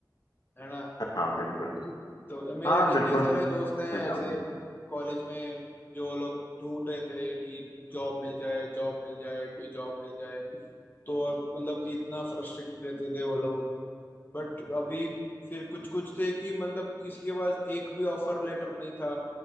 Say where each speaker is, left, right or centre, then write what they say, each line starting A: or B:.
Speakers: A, on the left (about 25°); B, on the left (about 65°).
A: है ना
B: हाँ बिल्कुल
A: तो क्या- मेरे
B: हाँ
A: कितने
B: बिल्कुल
A: सारे दोस्त
B: मैं
A: हैं
B: तो
A: ऐसे
B: जाऊंगी
A: कॉलेज में जो लोग ढूंढ रहे थे कि जॉब मिल जाए जॉब मिल जाए कोई जॉब मिल जाए तो और मतलब कि इतना फ्रस्ट्रेटेड रहते थे वो लोग बट अभी फिर कुछ कुछ थे कि मतलब किसी के पास एक भी ऑफर लेटर नहीं था